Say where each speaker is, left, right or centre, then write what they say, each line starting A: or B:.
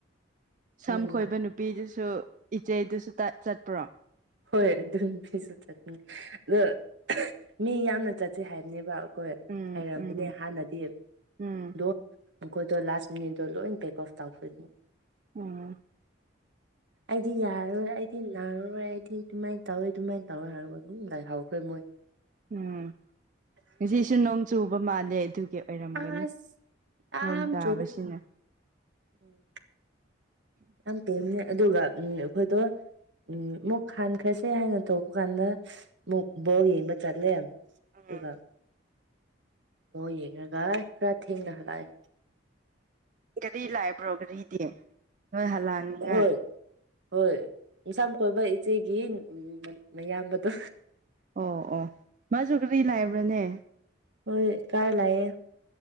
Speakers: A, on the right; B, on the right.
A: ꯁꯝ
B: ꯃꯤ ꯃꯉꯥ
A: ꯈꯣꯏꯕ ꯅꯨꯄꯤꯗꯨꯁꯨ ꯏꯆꯦꯗꯨꯁꯨ ꯆꯠꯄ꯭ꯔꯣ
B: ꯍꯣꯏ ꯑꯗꯨꯝ ꯃꯤꯁꯨ ꯆꯠꯉ ꯑꯗꯣ ꯃꯤ ꯌꯥꯝꯅ ꯆꯠꯁꯦ ꯍꯥꯏꯕꯅꯦꯕ ꯑꯈꯣꯏ
A: ꯎꯝ
B: ꯍꯩꯔꯝꯕꯅꯦ
A: ꯎꯝ
B: ꯍꯥꯟꯅꯗꯤ
A: ꯎꯝ
B: ꯗꯣ ꯑꯈꯣꯏꯗꯣ ꯂꯥꯁ ꯃꯤꯅꯤꯠꯗꯣ ꯂꯣꯏꯅ ꯄꯦꯛ ꯑꯣꯐ ꯇꯧꯈꯣꯏꯅꯤ
A: ꯎꯝ
B: ꯑꯩꯗꯤ ꯌꯥꯔꯣꯏ ꯑꯩꯗꯤ ꯅꯪꯔꯔꯣꯏ ꯗꯤ ꯀꯃꯥꯏ ꯇꯥꯎꯋꯦ ꯑꯗꯨꯃꯥꯏꯅ ꯇꯥꯎꯋꯦ ꯍꯥꯏ ꯑꯗꯨ ꯂ ꯍꯥꯎꯈꯦ ꯃꯣꯏ
A: ꯎꯝ ꯉꯁꯤꯁꯨ ꯅꯣꯡ ꯆꯨꯕ ꯃꯥꯜꯂꯦ ꯑꯗꯨꯒꯤ ꯑꯣꯏꯔꯝꯒꯅꯤ
B: ꯑꯁ ꯌꯥꯝ
A: ꯅꯣꯡ ꯇꯥꯕꯁꯤꯅ
B: ꯆꯨꯋꯦ ꯎꯝ ꯌꯥꯝ ꯇꯦꯝꯅꯦ ꯑꯗꯨꯒ ꯎꯝ ꯑꯩꯈꯣꯏꯗꯣ ꯎꯝ ꯃꯨꯛ ꯍꯥꯟꯈ꯭ꯔꯁꯦ ꯍꯥꯏꯅ ꯇꯧ ꯕꯨ ꯀꯥꯟꯗꯨ ꯕꯣꯜ ꯌꯦꯡꯕ ꯆꯠꯂꯦ
A: ꯎꯝ
B: ꯑꯗꯨꯒ ꯕꯣꯜ ꯌꯦꯡꯔꯒ ꯈꯔꯥ ꯊꯦꯡꯅ ꯍꯂꯛꯑꯦ
A: ꯒꯥꯔꯤ ꯂꯥꯏꯕ꯭ꯔꯣ ꯒꯥꯔꯤꯗꯤ ꯅꯣꯏ ꯍꯜꯂꯛꯅꯤꯡꯉꯥꯏ
B: ꯍꯣꯏ ꯍꯣꯏ ꯅꯨꯡꯁꯥꯝ ꯀꯣꯏꯕ ꯏꯆꯦꯒꯤ ꯃꯌꯥꯝꯕꯗꯣ
A: ꯑꯣ ꯑꯣ ꯃꯥꯁꯨꯨ ꯒ꯭ꯔꯤ ꯂꯥꯢꯕ꯭ꯔꯥꯅꯦ
B: ꯍꯣꯏ ꯀꯥꯔ ꯂꯩꯑꯦ